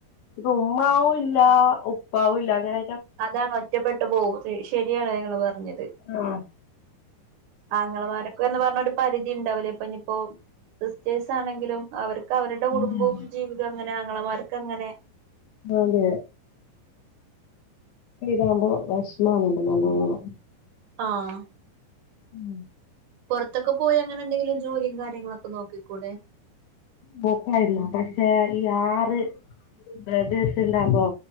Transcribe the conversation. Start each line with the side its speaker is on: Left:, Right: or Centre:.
Left: ഇപ്പ ഉമ്മാവും ഇല്ല ഉപ്പാവും ഇല്ല അങ്ങനെ
Right: അതാണ് ഒറ്റപ്പെട്ട് പോക ശരിയാണ് നിങ്ങൾ പറഞ്ഞത്
Left: ആഹ്
Right: ആങ്ങളമാരൊക്കെ എന്ന് പറഞ്ഞ ഒരു പരിധി ഉണ്ടാവുലേ യിപ്പോ സിസ്റ്റേഴ്സ് ആണെങ്കിലും അവർക്ക് അവരുടെ കുടുംബവും
Left: അതെ അതെ
Right: ജീവിതവും അങ്ങനെ ആങ്ങളമാർ അങ്ങനെ
Left: അതെ ഇതാവുമ്പോ വിഷമാവുന്നുണ്ട് നല്ലവോണം
Right: ആഹ്
Left: ഉം
Right: പുറത്തൊക്കെ പോയി അങ്ങനെ എന്തെങ്കിലും ജോലിയും കാര്യങ്ങളൊക്കെ നോക്കിക്കൂടെ
Left: പോക്കുണ്ടായിരുന്നു പക്ഷേ ആറ് ബ്രദേഴ്സ് ഉണ്ടാകുമ്പോ